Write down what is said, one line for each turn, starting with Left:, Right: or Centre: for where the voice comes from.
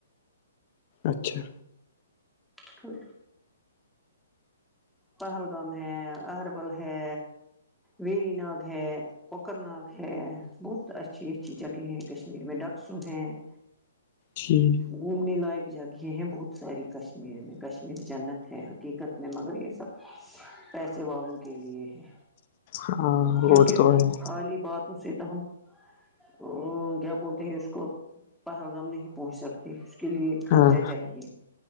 Left: اچھا
Centre: تو پہلگام ہے اہربل ہے ویری ناگ ہے کوکر ناگ ہے بہت اچھی اچھی جگہ ہیں کشمیر میں ڈاکسو ہیں ج
Left: ٹھیک
Centre: گھومنے لائق جگہیں ہیں بہت ساری کشمیر میں کشمیر جنت ہے حقیقت میں مگر یہ پیسے والوں کے لیے ہے
Left: ہاں وہ
Centre: کیونکہ
Left: تو ہے
Centre: خالی باتوں سے تو ہم ا کیا بولتے ہیں اس کو پہلگام نہیں پہنچ سکتا اس کے لیے خرچہ
Left: ہاں
Centre: چاہیے